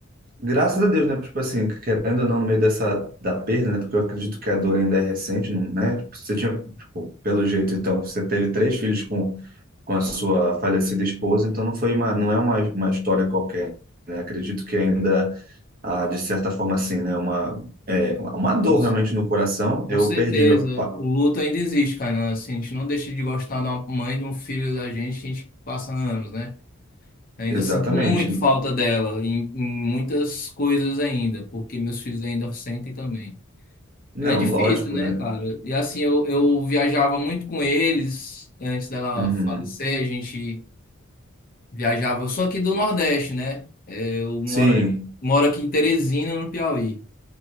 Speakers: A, on the right; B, on the left.
A: Graças a Deus, né? Tipo assim, querendo ou não, no meio dessa da perda, né? Porque eu acredito que a dor ainda é recente, não, né? Tipo, Você tinha, tipo, pelo jeito, então, você teve três filhos com, com a sua falecida esposa, então não foi uma, não é uma, uma história qualquer, né? Acredito que ainda, ah, de certa forma, assim, né? Uma, é, uma dor
B: Com,
A: realmente no coração.
B: com
A: Eu
B: certeza.
A: perdi meu pa...
B: O luto ainda existe, Kainan. Assim, a gente não deixa de gostar de uma mãe, de um filho da gente, a gente passa anos, né? Ainda
A: Exatamente.
B: sinto muito falta dela em, em muitas coisas ainda, porque meus filhos ainda sentem também.
A: Não,
B: É difícil,
A: lógico,
B: né,
A: né?
B: cara? E assim, eu, eu viajava muito com eles antes dela
A: Uhum.
B: falecer, a gente viajava. Eu sou aqui do Nordeste, né? É, Eu moro,
A: Sim.
B: aqui- moro aqui em Teresina, no Piauí.